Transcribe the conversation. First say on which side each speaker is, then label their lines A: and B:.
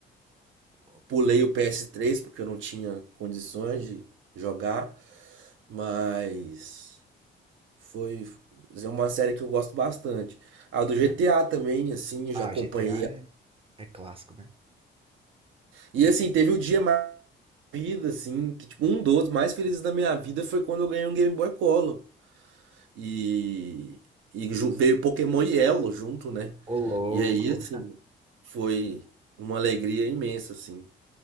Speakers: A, on the right; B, on the right.
A: Louco,
B: Pulei
A: velho.
B: o PS3 porque eu não tinha condições de jogar, mas foi é uma série que eu gosto bastante. A do GTA
A: É.
B: também, assim, eu
A: Ah,
B: já acompanhei
A: GTA é, é clássico, né?
B: E assim, teve o dia mais da minha vida, assim, que tipo, um dos mais felizes da minha vida foi quando eu ganhei um Game Boy Color. E, e ju- veio Pokémon Yellow junto, né?
A: Ô, louco.
B: E aí, assim, foi uma alegria imensa, assim.